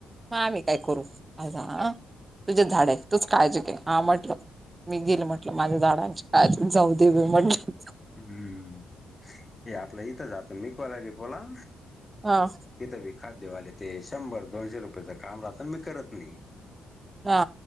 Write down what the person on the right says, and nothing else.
हा आम्ही काय करू आझ तुझे झाडे आहे तूच काळजी घ आहे हा म्हटलं मी घेईल म्हटलं माझ्या झाडांची काळजी जाऊ दे बाई म्हटल
हा
हा